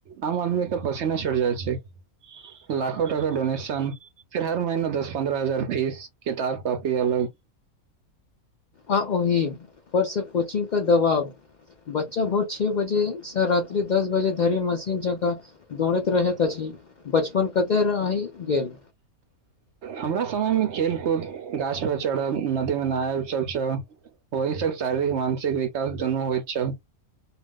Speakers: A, on the right; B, on the left.
A: आम आदमी के पोसेना छोड़ि जाइ छै लाखो टाका डोनेेशन फेर हर महीना दस पन्द्रह हजार फीस किताब कॉपी अलग
B: आ ओहि परसँ कोचिंग क दबाब बच्चा भोर छे बजे से रात्री दस बजे धरी मस तीन जकाँ दौड़ैत रहैत अछि बचपन कतय रहि गेल
A: हमरा समयमे खेल कूद गाछ पर चढ़ब नदीमे नहायब सब छै ओही सबक शारीरिक मानसिक विकास दुनू होइत छै